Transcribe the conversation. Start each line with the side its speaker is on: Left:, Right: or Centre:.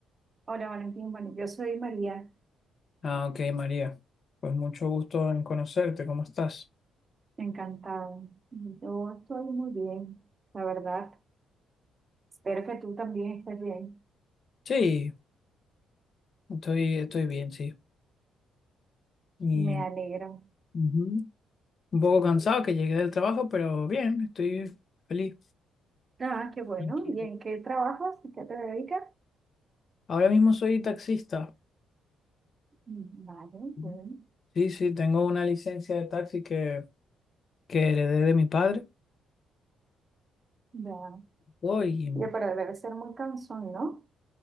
Right: Hola, Valentín. Bueno, yo soy María.
Left: Ah, ok, María. Pues mucho gusto en conocerte, ¿cómo estás?
Right: Encantada. Yo estoy muy bien, la verdad. Espero que tú también estés bien.
Left: Sí, estoy, estoy bien, sí. Y
Right: Me alegro.
Left: ujú, un poco cansado que llegué del trabajo, pero bien, estoy feliz.
Right: Ah, qué bueno.
Left: Tranquilo.
Right: ¿Y en qué trabajas? ¿En qué te dedicas?
Left: Ahora mismo soy taxista.
Right: Mm, Vale,
Left: Ujú.
Right: bueno.
Left: Sí, sí, tengo una licencia de taxi que, que heredé de mi padre.
Right: Ya.
Left: Voy
Right: Oye, pero debe ser muy cansón, ¿no?